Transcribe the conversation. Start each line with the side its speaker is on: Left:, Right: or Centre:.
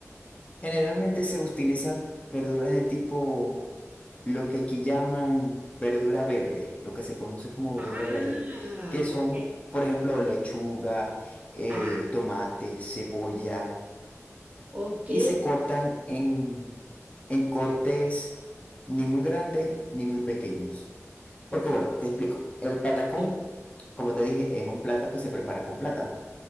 Left: Generalmente se utilizan verduras de tipo, lo que aquí llaman verdura verde, lo que se conoce como verdura
Right: Ah,
Left: verde, que son,
Right: ok.
Left: por ejemplo, lechuga, eh,
Right: Ah,
Left: tomate, cebolla,
Right: ok,
Left: y se cortan en, en cortes ni muy grandes ni muy pequeños. Porque
Right: ok.
Left: bueno, te explico, el patacón,
Right: sí,
Left: como te dije, es un plato que se prepara con plátano.